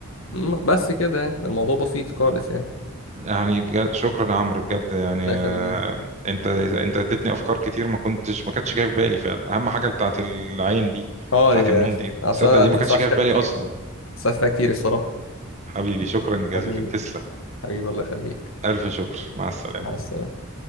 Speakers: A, on the left (about 75°); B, on the right (about 35°).
A: أمم، بس كده يعني الموضوع بسيط خالص يعني
B: يعني بجد شكرا يا عمرو بجد يعني
A: الله
B: آه،
A: يخليك
B: انت انت اديتني افكار كتير ما كنتش ما كانتش جايه في بالي فعلا اهم حاجه بتاعت العين دي
A: اه
B: بتاعت
A: يا
B: النوم دي
A: عشان
B: تصدق
A: أنا
B: دي
A: اتلسعت
B: ما كانتش جايه
A: فيها
B: في بالي
A: كتير
B: اصلا
A: اتلسعت فيها كتير الصراحة
B: حبيبي شكرا جزيلا
A: حبيبي
B: تسلم
A: حبيبي الله يخليك
B: ألف شكر مع السلامة
A: مع السلامة